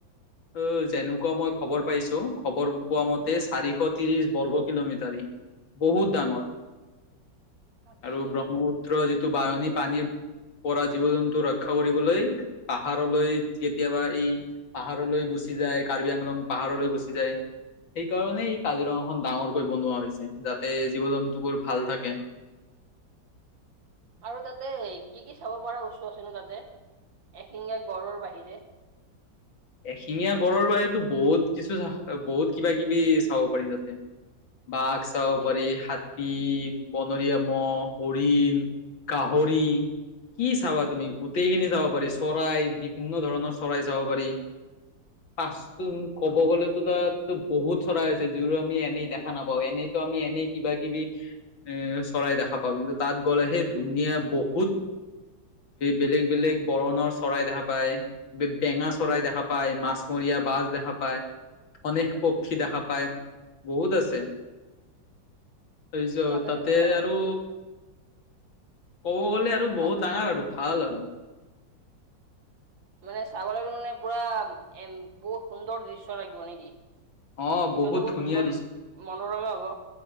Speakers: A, on the left (about 85°); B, on the right (about 75°).
A: অ, যেনেকুৱা মই খবৰ পাইছো, খবৰ পোৱা মতে চাৰিশ ত্ৰিশ বৰ্গ কিলোমিটাৰ ই। বহুত ডাঙৰ
B: আচ্ছা
A: আৰু ব্ৰহ্মপুত্ৰ যিটো বাহনী পানীৰ পৰা জীৱ জন্তু ৰক্ষা কৰিবলৈ পাহাৰলৈ কেতিয়াবা এই পাহাৰলৈ গুচি যায়, কাৰ্বি আংলং পাহাৰলৈ গুচি যায়। সেই কাৰণেই কাজিৰঙাখন ডাঙৰকৈ বনোৱা হৈছে, যাতে জীৱ জন্তু বোৰ ভাল থাকে।
B: আৰু তাতে কি কি চাব পৰা বস্তু আছেনো তাতে, এশিঙিয়া গড়ৰ বাহিৰে?
A: এশিঙীয়া গড়ৰ বাহিৰেটো বহুত কিছু বহুত কিবা কিবি চাব পাৰি তাতে। বাঘ চাব
B: এনে
A: পাৰি হা তী বনৰীয়া মহ, হৰিণ, গাহৰি কি চাবা তুমি গোটেই খিনি চাব পাৰি চৰাই বিভিন্ন ধৰণৰ চৰাই চাব পাৰি। পাচটো ক'ব গ'লেতো তাতো বহুত চৰাই হৈছে, যিবোৰ আমি এনেই দেখা নাপাওঁ এনেইতো আমি এনেই কিবা কিবি এ চৰাই দেখা পাওঁ, কিন্তু তাত গ'লেহে ধুনীয়া বহুত বেলেগ বেলেগ বৰণৰ চৰাই দেখা পায়, বেঙা চৰাই দেখা পায় মাছমৰীয়া বাছ দেখা পায়। অনেক পক্ষী দেখা পায়, বহুত আছে। থৈ দিছো,
B: বা তাতেতো
A: তাতে
B: আহ,
A: আৰু ক'ব গ'লে আৰু
B: তা-
A: বহুত ডাঙৰ আৰু ভাল আৰু।
B: মানে চাব গলে মানে পুৰা এ বহুত সুন্দৰ দৃশ্য লাগিব নেকি।
A: অ
B: দৃশ্যটো বহুত
A: ধুনীয়া
B: সুন্দৰ মনোৰমা হব।